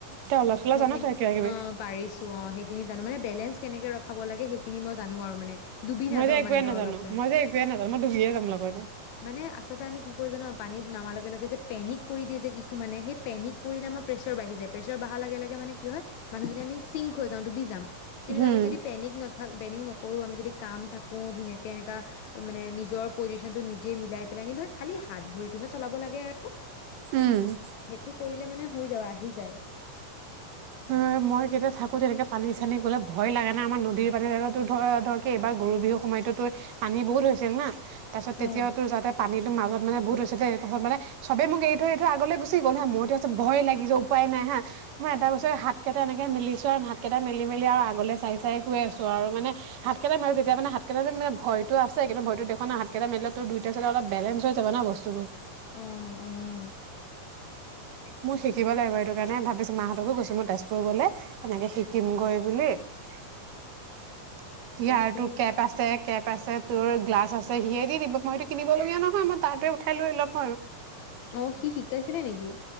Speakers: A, on the right; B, on the left.
A: তই অলপ চলপ
B: মই
A: জান
B: কিন্তু
A: তই কিবা কিবি
B: অ' পাৰিছো অ' সেই সেইখিনি জানো মানে বেলেছ কেনেকে ৰখাব লাগে সেইখিন মই জানো আৰু মানে। ডুবি
A: মই
B: নাযাও
A: যে একুৱেই
B: মানে ধৰ
A: নাজানো,
B: অলপ টাইম
A: একোৱেই নাজানো। মই ডুবিয়ে যাম লগতে।
B: মানে আচলতে আমি কি কৰি জান' পানীত নামাৰ লগে লগে যে পেনিক কৰি দিয়ে যে, কিছুমানে সেই পেনিক কৰিলে আমাৰ প্ৰেছাৰ বাঢ়ি যায় প্ৰেছাৰ বাঢ়াৰ লগে লগে মানে কি হয় মানুহজনী আমি চিংক হৈ যাওঁ ডুবি যাম কিন্তু
A: উম।
B: আমি যদি পেনিক নাথাক বেনিং নকৰো আমি যদি কাম থাকো ধুনীয়াকে এনেকা। মানে নিজৰ পজিচনটো নিজে মিলাই পেলাই নিবা খালি হাত ভৰিটোহে চলাব লাগে আৰু।
A: উম।
B: সেইটো কৰিলে মানে শুই যাবা আহি যায়।
A: অ' মই কেতিয়া থাকো তেনেকে পানী চানী গ'লে ভয় লাগে না আমাৰ নদীৰ পানী তোৰ ধ ধৰক এইবাৰ গৰু বিহুৰ সময়তো তোৰ পানী বহুত হৈছিল না। তাৰ পিছততিয়াও
B: অ
A: তো যাতে পানীটো মাজত মানে বহুত হৈছে। তাৰ পাছত ছবে মোক এৰি থৈ এৰি থ আগলৈ গুচি গ'ল হা মোৰতটোছ ভয় লাগি যে উপায় নাই হা মই এটা বস্তু হাতকেইটা এনেকে মেলিছোঁ আৰু হাত কেইটা মেলি- মেলি আগলে চাই- চাই গৈ আছো আৰু মানে হাত কেইটা মিলো যেতিয়া মানে হাত কেইটা মেলিলে ভয়তো আছে কিন্তু ভয়তো দেখুওৱা নাই হাতকেইটা মিল তোৰ দুইটা চলে অল বেলেঞ্চ হৈ যাব ন বস্তুবোৰ।
B: উম উম
A: মোৰ শিকিব লাগিব এইটো কাৰণে ভাবিছো মাহঁতকো গৈছো মই তেজপুৰ গলে এনেকে শিকিম গৈ বুলি। ইয়াৰতো
B: তাকে
A: কেপ আছে -কেপ আছে। তোৰ গ্লাছ আছে সিয়ে দি দিব মইতো কিনিব লগীয়া নহয় মই তাৰে উঠাই লো অলপ।
B: অ' সি শিকাইছিলে নেকি?